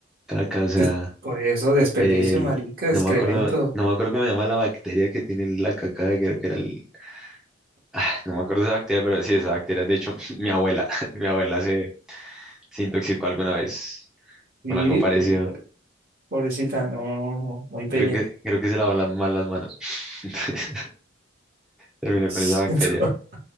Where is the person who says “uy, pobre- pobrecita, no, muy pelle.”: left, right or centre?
Right